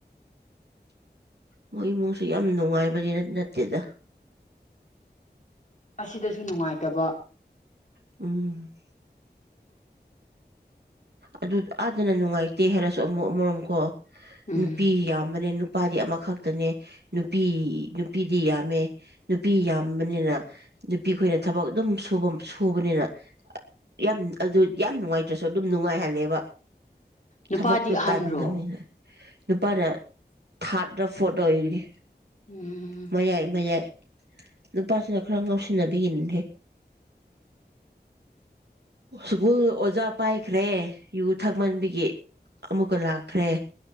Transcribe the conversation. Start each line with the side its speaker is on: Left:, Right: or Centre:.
Right: ꯃꯣꯏ ꯏꯃꯨꯡꯁꯨ ꯌꯥꯝ ꯅꯨꯡꯉꯥꯏꯕꯅꯤꯅ ꯅꯠꯇꯦꯗ
Left: ꯑꯁꯤꯗꯁꯨ ꯅꯨꯡꯉꯥꯏꯇꯕ
Right: ꯎꯝ ꯑꯗꯨ ꯑꯥꯗꯅ ꯅꯨꯡꯉꯥꯏꯇꯦ ꯍꯥꯏꯔꯁꯨ ꯑꯃꯨꯛ ꯑꯃꯔꯣꯝꯀꯣ
Left: ꯎꯝ
Right: ꯅꯨꯄꯤꯤ ꯌꯥꯝ ꯃꯅꯦꯅ ꯅꯨꯄꯥꯗꯤ ꯑꯃꯈꯛꯇꯅꯦ ꯅꯨꯄꯤ ꯅꯨꯄꯤꯗꯤ ꯌꯥꯝꯃꯦ ꯅꯨꯄꯤ ꯌꯥꯝꯕꯅꯤꯅ ꯅꯨꯄꯤ ꯈꯈꯣꯏꯅ ꯊꯕꯛ ꯑꯗꯨꯝ ꯁ ꯁꯨꯕꯅꯤꯅ ꯌꯥꯝ ꯑꯗꯨ ꯌꯥꯝ ꯅꯨꯡꯉꯥꯏ ꯅ꯭ꯔꯁꯨ ꯑꯗꯨꯝ ꯅꯨꯡꯉꯥꯏꯍꯜꯂꯦꯕ
Left: ꯅꯨꯄꯥꯗꯤ
Right: ꯊꯕꯛꯇꯣ
Left: ꯑꯍꯟꯔꯣ
Right: ꯇꯥꯟꯉꯅꯤꯅ ꯂꯨꯄꯥꯅ ꯊꯥꯔꯗ ꯐꯣꯔꯠ ꯑꯣꯏꯒꯅꯤ
Left: ꯎꯝ
Right: ꯃꯌꯥꯏ ꯃꯌꯥꯏ ꯅꯨꯄꯥꯁꯤꯅ ꯈꯔ ꯉꯥꯎꯁꯤꯟꯅꯕꯤꯒꯤꯦ ꯁ꯭ꯀꯨꯜ ꯑꯣꯖꯥ ꯄꯥꯏꯈ꯭ꯔꯦ ꯌꯨ ꯊꯛꯃꯟꯕꯒꯤ ꯑꯃꯨꯛꯀ ꯂꯥꯛꯈ꯭ꯔꯦ